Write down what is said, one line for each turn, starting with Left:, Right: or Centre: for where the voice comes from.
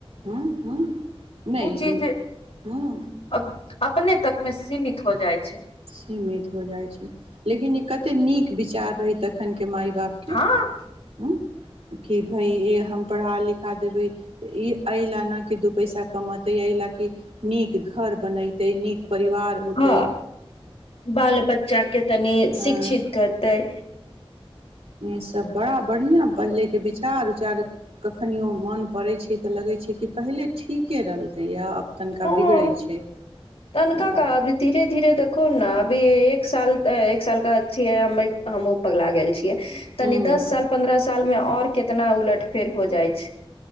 Right: हँ ह नहि
Left: चीज
Right: ह
Left: अब अपने तक में सीमित हो जाइ छै
Right: सीमित हो जाइत छै लेकिन ई कतेक नीक विचार रही तखन के माय बापके
Left: हँ
Right: ह कि भइ हम पढ़ा लिखा देबै ई एहि लेल नहि कि दू पैसा कमतै एहि लेल कि नीक घर बनतै नीक परिवार होतैय
Left: हँ बाल बच्चाके तनी
Right: हँ
Left: शिक्षित करतैय
Right: सभ बड़ा बढ़ियां पहिलेके विचार उचार कखनियो मन पड़ै छै तऽ लगैत छै कि पहिले ठीके रहलकैए तनिका
Left: हँ
Right: बिगड़ै छै तनिका
Left: तनका का अभी धीरे धीरे कोन ने वे अभी एक साल एक साल के छीयै हमहुँ पगला गेल छिय तनी
Right: हँ
Left: दस साल पंद्रह साल मे आओर केतना उलट फेर हो जाइ छै